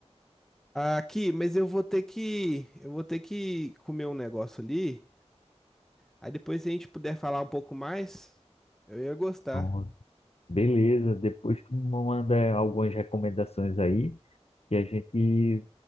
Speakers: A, in the centre; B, on the left.
A: Aqui, mas eu vou ter que, eu vou ter que comer um negócio ali. Aí depois, se a gente puder falar um pouco mais, eu ia gostar.
B: Pronto. Beleza, depois tu manda algumas recomendações aí. E a gente